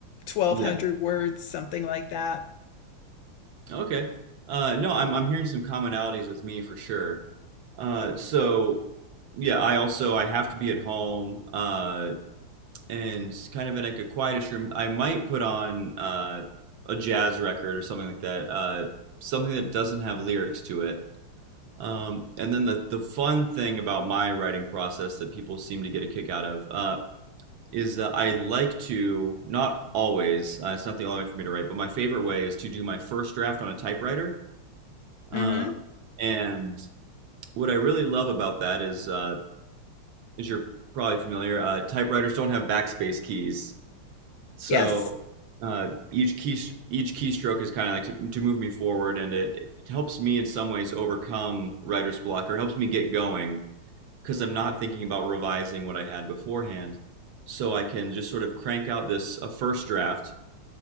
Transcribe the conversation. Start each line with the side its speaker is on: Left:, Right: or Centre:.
Left: twelve
Right: Yeah.
Left: hundred words, something like that.
Right: Okay. Uh, no, I'm I'm hearing some commonalities with me for sure. Uh, so yeah, I also I have to be at home. Uh, and kind of in like a quietish room, I might put on uh, a jazz record or something like that, uh, something that doesn't have lyrics to it. Um, and then the the fun thing about my writing process that people seem to get a kick out of uh, is that I like to not always. Uh, it's not the only way for me to write, but my favorite way is to do my first draft on a typewriter. Uh,
Left: Mm-hmm.
Right: and what I really love about that is, uh, as you're probably familiar, uh, typewriters don't have backspace keys, So
Left: Yes.
Right: uh, each key each keystroke is kind of like to, to move me forward, and it, it helps me in some ways overcome writer's block or helps me get going because I'm not thinking about revising what I had beforehand. So I can just sort of crank out this a first draft.